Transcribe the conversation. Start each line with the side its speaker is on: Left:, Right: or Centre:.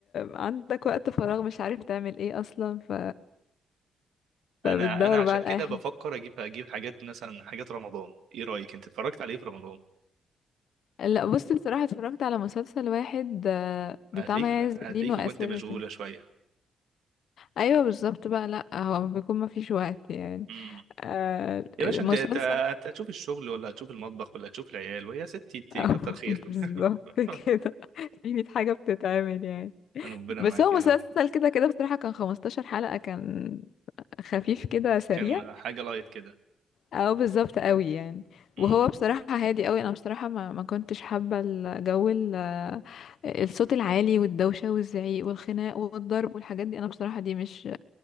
Left: عندك وقت فراغ مش عارف تعمل ايه اصلا ف فبتدور
Right: انا انا عشان
Left: بقى على
Right: كده
Left: اي حاجه
Right: بفكر اجيب اجيب حاجات مثلا حاجات رمضان ايه رايك انت اتفرجت على ايه في رمضان
Left: لا بص بصراحه اتفرجت على مسلسل واحد آه، بتاع
Right: هتلاقيك
Left: مي عز
Right: هتلاقيك
Left: الدين واسر
Right: كنت مشغوله
Left: ياسين
Right: شويه
Left: ايوه بالظبط بقى لا هو بيكون ما فيش وقت يعني
Right: امم
Left: آه
Right: يا
Left: مسلسل
Right: باشا انت أنت- أنت هتشوف الشغل ولا هتشوف المطبخ ولا هتشوف العيال ويا ستي انت
Left: آه،
Right: كتر خير
Left: <laughs> بالظبط
Right: <laughs>
Left: كده في 100 حاجة بتتعمل يعني
Right: ربنا
Left: بس
Right: معاك
Left: هو
Right: يا
Left: مسلسل
Right: رب
Left: كده كده بصراحة كان 15 حلقة كان خفيف كده سريع
Right: كان حاجه لايت كده
Left: او بالظبط قوي يعني
Right: امم
Left: وهو بصراحة هادي قوي انا بصراحة ما, ما كنتش حابة الجو ال- الصوت العالي والدوشة والزعيق والخناق والضرب والحاجات دي انا بصراحة دي مش